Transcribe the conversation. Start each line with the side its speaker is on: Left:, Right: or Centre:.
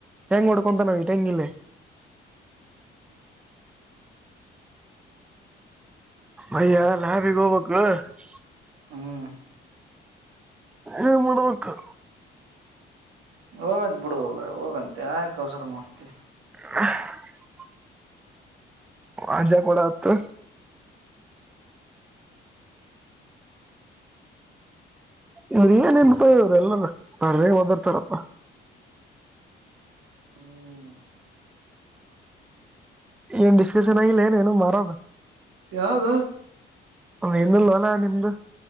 Centre: ತೆಂಗ್ ಹೊಡ್ಕೊಂತಾನ <unintelligible> ಇಲ್ಲೇ ಅಯ್ಯ ನಾವ್ <unintelligible>
Right: ಹ್ಮ್
Centre: ಏನ್ ಮಾಡ್ಬೇಕು
Right: ಹೋಗಂತೆ ಬಿಡು ಹೋಗಂತ ಯಾಕ್ ಅವಸರ ಮಾಡ್ತಿ.
Centre: <unintelligible> ಅಜ ಕೊಡ ಅತ್ತ್ ಇವ್ರು ಏನ್ ಎನ್ಪ ಇವರು ಎಲ್ಲಾರ ಬರೇ ಓದಿರ್ತಾರಪ್ಪಾ
Right: ಹ್ಮ್
Centre: ಏನು ಡಿಸಕಶನ್ ಆಗಿಲೆನ್ ಏನು ಮಾಡಣ.
Right: ಯಾವ್ದ
Centre: ಹಾ ಇನ್ನೂಲಾಲಾ ನಿಮ್ದು